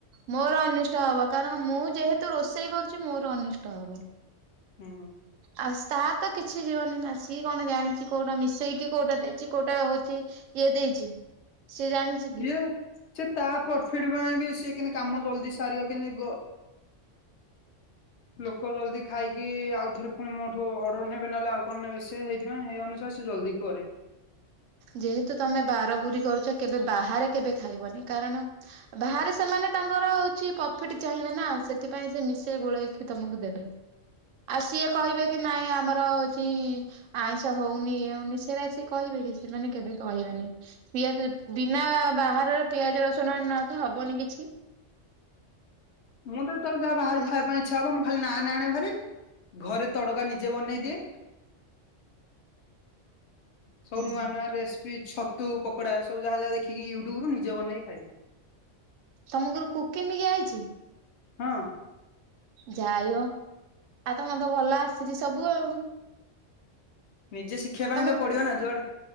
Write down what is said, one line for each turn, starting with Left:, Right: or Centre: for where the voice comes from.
Right: ମୋର ଅନିଷ୍ଟ ହବ କାରଣ ମୁଁ ଯେହେତୁ ରୋଷେଇ କରୁଚି ମୋର ଅନିଷ୍ଟ ହବ।
Left: ହୁଁ।
Right: ଆସ୍ ତାତ କିଛି ଯିବନି ନା ସିଏ କଣ ଜାଣିଛି କୋଉଟା ମିଶେଇକି କୋଉଟା ଦେଇଛି କୋଉଟା ହୋଉଚି କିଏ ଦେଇଚି? ସିଏ ଜାଣିଚି।
Left: ପିଅ ସେତ୍ ତା ପର୍ଫିଟ୍ ପାଇଁ ବି ସିଏ, କିଁତି କାମ ଜଲ୍ଦି ସାରିବ, କିନ୍ତି ଗ ଲୋକ ଜଲ୍ଦି ଖାଇକି ଆଉ ଥରେ ପୁଣି ମୋଠୁ ଅର୍ଡର ନେବେ, ନହେଲେ ଆଉ କଣ ନେବେ ସେ? ହେଇଥିପାଇଁ ହେଇ ଅନୁସାରେ ସେ ସେ ଜଲ୍ଦି କରେ।
Right: ଯେହେତୁ ତମେ ବାରା ବୁରୀ କରୁଛ! କେବେ ବାହାରେ କେବେ ଖାଇବନି? କାରଣ ବାହାରେ ସେମାନେ ତାଙ୍କର ହଉଛି, ପ୍ରଫିଟ୍ ଚାହିଁବେ ନା। ସେଥିପାଇଁ ସେ ମିଶେଇ ଗୋଳେଇକି ତମକୁ ଦେବେ। ଆଉ ସିଏ କହିବେ କି ନାଇଁ ଆମର ହଉଚି-ଇ ଆଇଁଷ ହଉନି, ଇଏ ହଉନି, ସେଇରା ସେ କହିବେ କି ସେମାନେ କେବେ କହିବେନି? ପିଆଜ ବିନା ବାହାରର ପିଆଜ ରସୁଣ ନ ତ ହବନି କିଛି?
Left: ମୁଁ ତ ଯେତେବେଳେ ଯାହା ବାହାରାରୁ
Right: ହୁଁ
Left: ଖାଇବା ପାଇଁ ଇଚ୍ଛା ହବ ମୁଁ, ଖାଲି ନାନ୍ ଆଣେ ଭାରି। ଘରେ ତଡ଼କା ନିଜେ ବନେଇଦିଏ। ସବୁ ନୂଆ
Right: ହୁଁ
Left: ନୂଆ ରେସ୍ପି ଛତୁ ପକୋଡା, ସବୁ ଯାହା ଯାହା ଦେଖିକି ୟୁଟ୍ୟୁବରୁ ନିଜେ ବନେଇକି ଖାଇଦିଏ।
Right: ତମ କୁରୁ କୁକିମିକି ଆଇଚି?
Left: ହଁ।
Right: ଯାଇଓ! ଆଉ ତମ ତ ଭଲ ଆସିଛି ସବୁ ଆଉ।
Left: ନିଜେ ଶିଖିବା ପାଇଁ
Right: ତମେ
Left: ତ ପଡିବ ନା, ଯୁଆଡେ